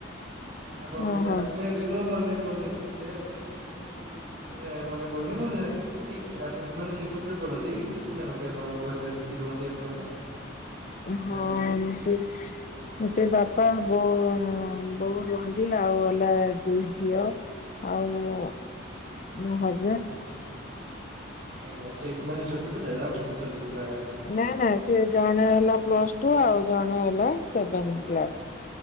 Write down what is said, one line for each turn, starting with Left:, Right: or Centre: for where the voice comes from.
Right: ଆପଣ ପିଲା
Left: ଓହୋ।
Right: ଆମେ ବି ମୋ ମନେ ପଡୁନି ଠିକ ସେ। ଆପଣ କି- କି- ଠିକ ସେ ମୁଁ ଜା- ମନେ ପଡୁନି। ମୁଁ ଯେ ଠିକ ଯେ ଆପଣ ମାନେ ସେ କୋଉଥିରେ ପଢନ୍ତି? କେତେ ଜଣ କି ଆପଣଙ୍କ ଘରେ ଘରେ କିଏ ରୁହନ୍ତି ଆପଣଙ୍କର?
Left: ହଁ
Right: ଫ୍ୟାମିଲିରେ?
Left: ସେ ସେ ବାପା ବୋଉ ଉଁ, ବୋଉ ରୁହନ୍ତି ଆଉ ହେଲା ଦୁଇ ଝିଅ। ଆଉ ମୁଁ ମୋ ହଜ
Right: ଆଚ୍ଛା, ଆଜ୍ଞା ସେ ମାନେ ଛୋଟ ପିଲା ଯା ପଢୁଛନ୍ତି ବାହା
Left: ନା ନା ସିଏ ଜଣେ ହେଲା ପ୍ଲସ୍ ଟୁ, ଆଉ ଜଣେ ହେଲା ସେଭେନ୍ କ୍ଲାସ୍।